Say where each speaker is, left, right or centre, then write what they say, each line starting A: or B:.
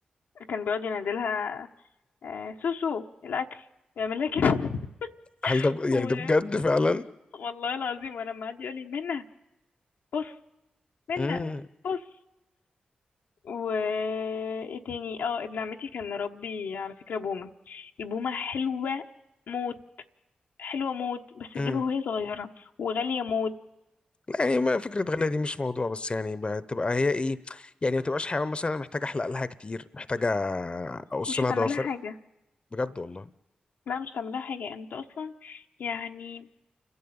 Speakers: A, on the left; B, on the left.
A: كان بيقعد ينادلها آه، سوسو الاكل بيعمل لها كده
B: هل
A: <laughs>
B: ده ب... يعني
A: و...
B: ده بجد فعلا
A: والله العظيم وانا معدي يقول لي منى بص منى
B: امم
A: بص و ايه تاني اه ابن عمتي كان مربي على فكره بومه البومه حلوه موت حلوه موت بس تجيبها
B: امم
A: وهي صغيره وغاليه موت
B: لا يعني ما فكرة غالية دي مش موضوع بس يعني بتبقى هي ايه يعني ما تبقاش حيوان مثلا محتاجة احلق لها كتير محتاجة اقص
A: مش
B: لها
A: هتعمل
B: ضوافر
A: لها حاجه
B: بجد والله
A: لا مش هتعمل لها حاجه انت اصلا يعني